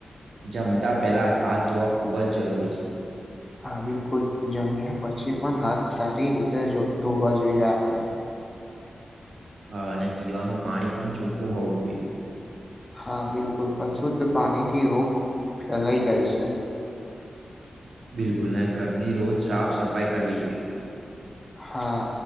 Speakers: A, on the right; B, on the left.
A: જમતા પેલા હાથ ધોવા ખુબ જ જરૂરી છે
B: હા બિલકુલ જમ્યા પછી પણ હાથ સારી રીતે ધોવા જોઈએ આપણેે
A: હા અને પીવાનું પાણી પણ ચોખ્ખું હોવું જોઈએ
B: હા બિલકુલ અશુદ્ધ પાણીથી રોગ ફેલાઈ જાય છે
A: બિલકુલ ના ઘરની રોજ સાફ સફાઈ કરવી જોઈએ
B: હા